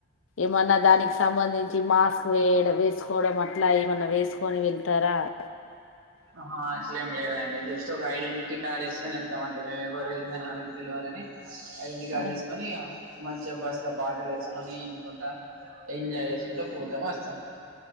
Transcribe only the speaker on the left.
ఏమన్నా దానికి సంబంధించి మాస్క్ వేయ వేసుకోవడం అట్లా ఏమన్నా వేసుకని వెళ్తారా ఆ
ఆ,